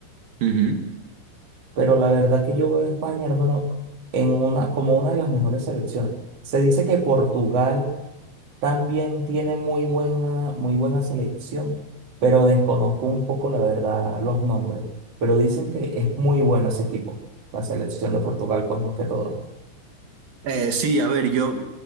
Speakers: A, on the right; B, on the right.
A: Ujú.
B: Pero la verdad que yo veo a España, hermano, en una, como una de las mejores selecciones. Se dice que Portugal también tiene muy buena, muy buena selección, pero desconozco un poco, la verdad, los nombres. Pero dicen que es muy bueno ese equipo, la selección de Portugal, pues más que todo.
A: Eh, sí, a ver, yo...